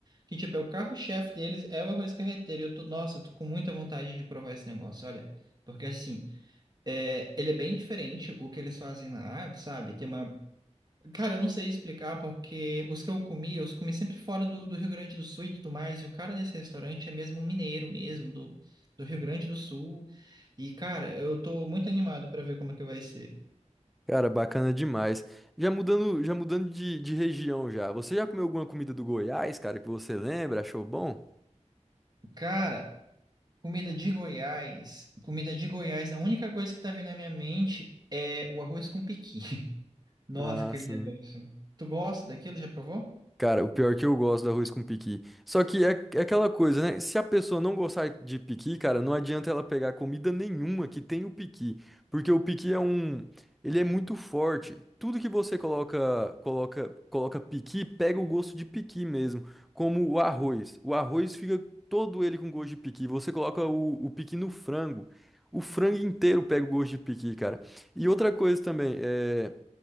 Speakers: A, on the right; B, in the centre.
A: Que, tipo, é o carro-chefe deles, é o arroz carreteiro. E eu tô, nossa, eu tô com muita vontade de provar esse negócio, olha. Porque, assim, é, ele é bem diferente o que eles fazem lá, sabe? Tem uma Cara, eu não sei explicar porque os que eu comi, eu os comi sempre fora do, do Rio Grande do Sul e tudo mais. E o cara desse restaurante é mesmo um mineiro mesmo, do, do Rio Grande do Sul. E, cara, eu tô muito animado pra ver como é que vai ser.
B: Cara, bacana demais. Já mudando, já mudando de, de região já. Você já comeu alguma comida do Goiás, cara, que você lembra? Achou bom?
A: Cara, comida de Goiás. Comida de Goiás, a única coisa que tá vindo na minha mente é o arroz com pequi. <laughs> Nossa,
B: Ah,
A: aquele
B: sim.
A: negócio. Tu gosta daquilo? Já provou?
B: Cara, o pior é que eu gosto do arroz com piqui. Só que é, é aquela coisa, né? Se a pessoa não gostar de piqui, cara, não adianta ela pegar comida nenhuma que tem o piqui, porque o piqui é um, ele é muito forte. Tudo que você coloca, coloca, coloca piqui, pega o gosto de piqui mesmo, como o arroz. O arroz fica todo ele com gosto de piqui. Você coloca o, o piqui no frango, o frango inteiro pega o gosto de piqui, cara. E outra coisa também, é